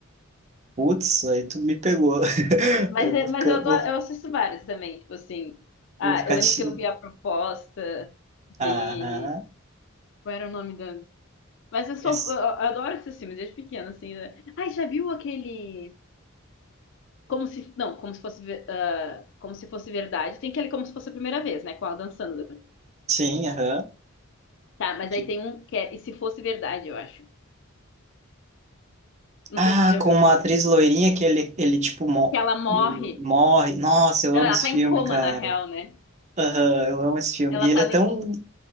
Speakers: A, on the right; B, on the left.
A: Putz, aí tu me pegou. <laughs>
B: Mas,
A: Eu
B: é-
A: vou ficar,
B: mas eu, adoro-
A: vou,
B: eu assisto vários também, tipo assim. Ah,
A: vou ficar
B: eu lembro
A: te...
B: que eu vi a proposta, vi.
A: Aham.
B: Qual era o nome da. Mas eu sou.
A: Es-
B: Eu eu adoro esses filmes desde pequena, assim. né? Ai, já viu aquele. como se, não, como se fosse, ve- ah, como se fosse verdade. Tem aquele como se fosse a primeira vez, né, com a Adam Sandler.
A: Sim, aham.
B: Tá, mas
A: De-
B: aí tem um que é E se fosse verdade, eu acho. Não
A: Ah,
B: sei se você já ouviu
A: com uma
B: falar.
A: atriz loirinha que ele, ele tipo, mo-
B: Que ela morre.
A: morre. Nossa, eu
B: Não,
A: amo
B: ela
A: esse
B: tá
A: filme,
B: em coma,
A: cara.
B: na real, né?
A: Aham, eu amo esse filme.
B: Ela
A: E ele
B: tá.
A: é tão
B: ne-